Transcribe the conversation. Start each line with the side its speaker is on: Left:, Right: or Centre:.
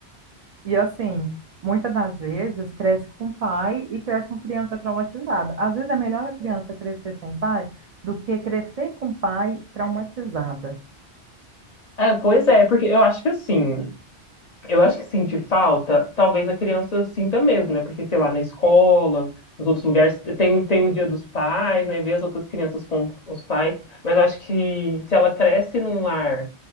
Right: E assim, muitas das vezes cresce com pai e cresce com criança traumatizada. Às vezes é melhor a criança crescer sem pai do que crescer com pai traumatizada.
Left: É, pois é, porque eu acho que assim, eu acho que sentir falta, talvez a criança sinta mesmo, né? Porque, sei lá, na escola, nos outros lugares, tem, o- tem o dia dos pais, né? Ver as outras crianças com os pais, mas eu acho que se ela cresce num lar